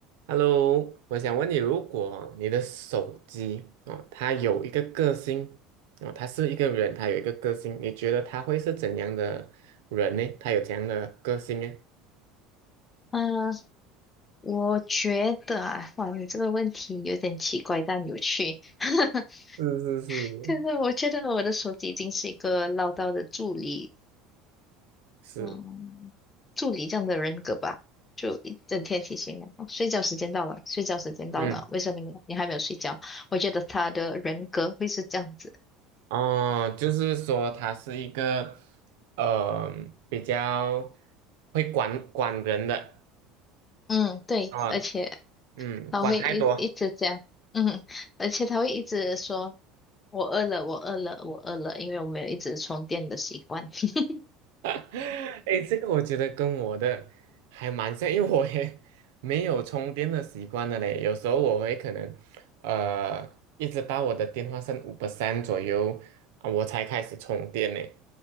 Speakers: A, on the right (about 60°); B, on the left (about 25°).
A: Hello，我想问你，如果你的手机哦，它有一个个性哦，它是一个人，它有一个个性，你觉得他会是怎样的人呢？他有怎样的个性呢？
B: 嗯，我觉得啊，哇，你这个问题有点奇怪但有趣。<laughs>
A: 是是是，
B: 就是我觉得我的手机已经是一个唠叨的助理，
A: 是，
B: 嗯，助理这样的人格吧，就一整天提醒我，哦，睡觉时间到了，睡觉时间到了，
A: 嗯，
B: 为什么你你还没有睡觉？我觉得他的人格会是这样子。
A: 哦，就是说他是一个呃比较会管管人的
B: 嗯，对，
A: 啊，
B: 而且
A: 嗯，
B: 他会一一直这样，
A: 管太多
B: 嗯，而且他会一直说我饿了，我饿了，我饿了，因为我没有一直充电的习惯。<laughs>
A: <laughs> 哎，这个我觉得跟我的还蛮像，因为我也没有充电的习惯的嘞。有时候我会可能，呃，一直到我的电话剩五 p e 左右啊，我才开始充电呢。